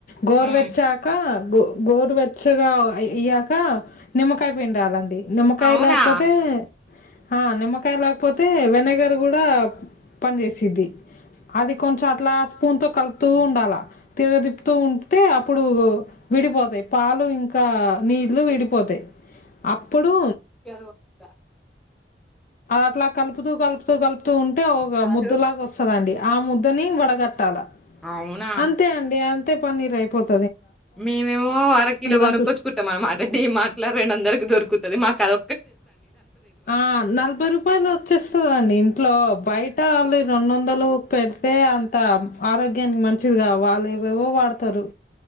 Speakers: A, on the left (about 45°); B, in the centre.
A: గోరువచ్చాక
B: హ్మ్.
A: గో గోరు వెచ్చగా అయ్యాక నిమ్మకాయ పిండాలండి నిమ్మకాయ
B: అవునా?
A: లేకపోతే ఆ నిమ్మకాయ లేకపోతే వెనగర్ కూడా పని చేసేది అది కొంచెం అట్లా స్పూన్ తో కలుపుతూ ఉండాలా తిడ తిప్పుతూ ఉంటతే అప్పుడు విడిపోతాయి పాలు ఇంకా నీళ్లు విడిపోతాయి అప్పుడు
B: <unintelligible>
A: అట్లా కలుపుతూ కలుపుతూ కలుపు తు ఉంటే
B: కాదు.
A: ముద్దులాగా వస్తుందండి ఆ ముద్దని వడగట్టాలా
B: అవునా?
A: అంతే అండి అం పన్నీర్ అయిపోతది
B: మేమేమో అరకిలో కొనుక్కొచ్చుకుంటాం
A: గంటలు స్
B: అనమాట దీ మాటలా రెండువందలకి దొరుకుతుది మాకు అద
A: ఆ నలభై రూపాయలు వచ్చేస్తందండి ఇంట్లో బయట అమ్మేటో రెండు వందలు పెట్టి అంత ఆరోగ్యానికి మంచి దిగా వాళ్ళు ఏవేవో వాడతారు